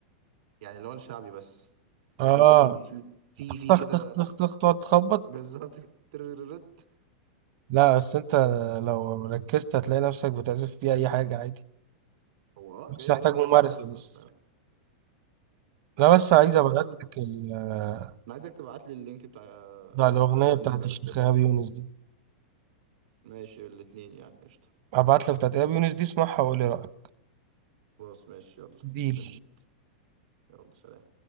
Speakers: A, on the right; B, on the right.
A: <laughs> يعني اللي هو الشعبي بس
B: اه
A: عارف انت في في في في
B: طخ
A: كده
B: طخ طخ طخ تقعد تخبط
A: بالظبط <laughs> ترررت
B: لا بس انت لو ركزت هتلاقي نفسك بتعزف فيها اي حاجة عادي
A: هو اه
B: بس
A: جاي
B: محتاج
A: منه
B: ممارسة
A: اي حاجه اصلا
B: بس
A: فاهم
B: انا بس عايز
A: بس عامة
B: ابعت لك ال-
A: انا عايزك تبعت لي اللينك بتاع
B: بتاع الاغنية
A: ب- بند
B: بتاعت
A: كايرو
B: الشيخ
A: ستيبس
B: ايهاب
A: ده
B: يونس دي
A: ماشي الاتنين يعني قشطة
B: هبعت لك بتاعت ايهاب يونس دي اسمعها وقول لي رأيك
A: خلاص ماشي يلا
B: ديل
A: مستنيك يلا سلام